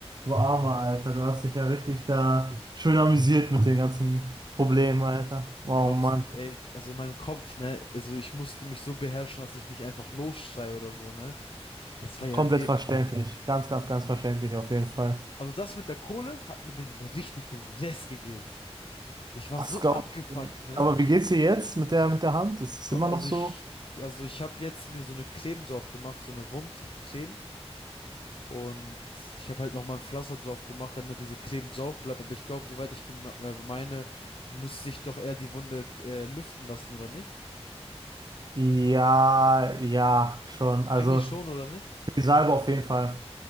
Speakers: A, on the right (about 40°); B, on the left (about 55°).
A: du armer Alter, du hast dich ja richtig da schön amüsiert mit den ganzen Problemen,
B: Boah,
A: Alter.
B: du
A: Oh
B: glaubst
A: Mann,
B: nicht, ey, also in meinem Kopf, ne, also ich musste mich so beherrschen, dass ich nicht einfach losschreie oder so, ne? Das war ja
A: komplett
B: wirklich.
A: verständlich. Ganz, ganz, ganz verständlich auf jeden Fall.
B: Also das mit der Kohle hat mir den richtig den Rest gegeben. Ich war
A: Das
B: so
A: glaube
B: abgefuckt,
A: ich dir.
B: ne?
A: Aber wie geht's dir jetzt mit der mit der Hand? Ist es
B: Komm,
A: immer
B: also
A: noch so?
B: ich, also ich habe jetzt mir so eine Creme drauf gemacht, so eine Wundcreme. Und ich habe halt nochmal ein Pflaster drauf gemacht, damit diese Creme drauf bleibt. Aber ich glaube, soweit ich gem- äh, meine, müsste ich doch eher die Wunde äh, lüften lassen, oder nicht?
A: Ja, ja, schon. Also
B: Eigentlich schon, oder nicht?
A: für die Salbe auf jeden Fall.